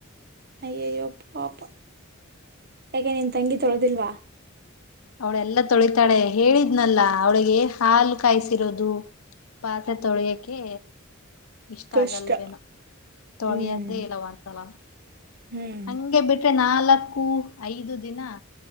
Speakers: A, on the right; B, on the left.
A: ಅಯ್ಯಯ್ಯೋ ಪಾಪ. ಯಾಕೆ ನೀನ್ ತಂಗಿ ತೊಳದಿಲ್ವಾ.
B: ಅವಳೆಲ್ಲ ತೊಳಿತಾಳೆ ಹೇಳಿದ್ನಲ್ಲ ಅವಳಿಗೆ ಹಾಲು ಕಾಯಿಸಿರೋದು ಪಾತ್ರೆ ತೊಳಿಯಕೆ. ಇಷ್ಟ
A: ಕಷ್ಟ
B: ಆಗಲ್ವೇನು ತೊಳಿಯದೇ
A: ಹ್ಮ್
B: ಇಲ್ಲ ಒಂದ್ಸಲನು.
A: ಹ್ಮ್
B: ಹಂಗೆ ಬಿಟ್. ತ್ತೆ ನಾಲಕ್ಕು ಐದು ದಿನ.